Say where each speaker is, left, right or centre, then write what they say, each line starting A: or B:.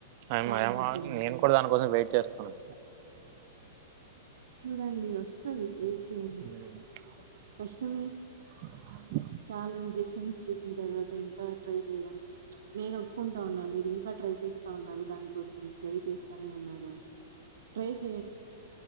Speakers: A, on the right; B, on the right.
A: అయమయమా
B: చానా హ్యాపీ‌గా ఉంటుంది.
A: నేను కూడా దానికోసం వెయిట్ చేస్తున్నా
B: చూడండి వస్తది వెయిట్
A: హ
B: చేయండి. కష్టమే
A: ఆ
B: చాలా రిజెక్షన్స్ చూసిన తర్వాత ఇంకా ట్రై చేయడం నేను ఒప్పుకుంటా ఉన్నా మీరు ఇంకా ట్రై చేస్తా ఉన్నారు దానికోసం ట్రై చేస్తానే ఉన్నారు అ ట్రై చేస్